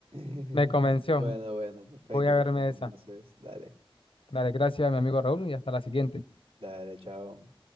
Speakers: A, on the right; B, on the left.
A: <laughs>
B: me convenció.
A: Bueno, bueno, perfecto,
B: Voy a verme
A: perfecto.
B: esa.
A: Entonces, dale,
B: Dale, gracias, mi amigo Raúl, y hasta la siguiente.
A: dale, chao.